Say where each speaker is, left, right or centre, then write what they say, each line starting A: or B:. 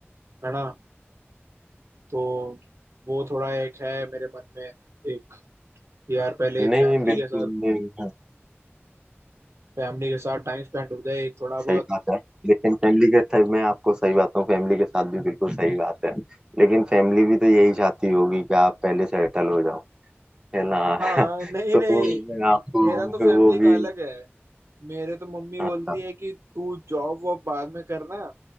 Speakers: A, on the right; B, on the right.
A: है ना तो वो थोड़ा एक है मेरे मन में एक यार पहले फैमिली
B: नहीं बिल्कुल
A: के साथ
B: नहीं
A: फैमिली के साथ टाइम स्पेंड हो जाए एक थोड़ा
B: सही
A: बहुत
B: बात है लेकिन फैमिली के साथ मैं आपको सही बात हूँ फैमिली के साथ भी बिल्कुल सही <laughs> बात है लेकिन फैमिली भी तो यही चाहती होगी कि आप पहले सेटल हो जाओ है ना
A: हाँ
B: <laughs>
A: नहीं
B: तो
A: नहीं
B: मैं आपको
A: मेरा
B: <laughs>
A: तो फैमिली
B: वो भी
A: का अलग है मेरे तो मम्मी
B: हाँ
A: बोलती है कि तू जॉब वॉब बाद में करना